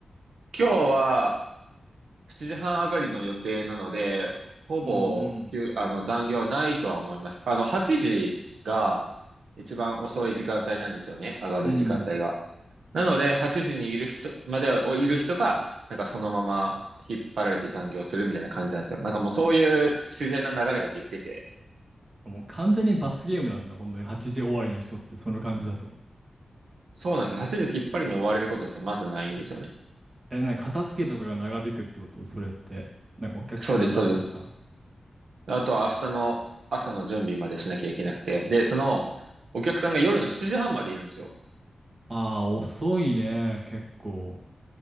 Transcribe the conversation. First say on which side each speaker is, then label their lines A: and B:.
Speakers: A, on the right (about 85°); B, on the right (about 45°).
A: 今日は7時半上がりの予定なので、ほぼ、
B: うん
A: きゅあの、残業はないとは思います。あの、8時が一番遅い時間帯なんですよね。上がる時間帯が。
B: うん。うん。
A: なので、8時にいる人、までいる人が、なんかそのまま引っ張られて残業するみたいな感じなんですよ。なんかもうそういう自然な流れができてて、
B: もう完全に罰ゲームなんだ、本当に。8時終わりの人って、その感じだと。
A: そうなんですよ。8時きっぱりに終われることってまずないんですよね。
B: え、なんか片付けとかが長引くってことそれって。なんかお客さんが出してた。
A: そうです、そうです。あとは明日の朝の準備までしなきゃいけなくて。で、その、お客さんが夜の7時半までいるんですよ。
B: ああ、遅いね、結構。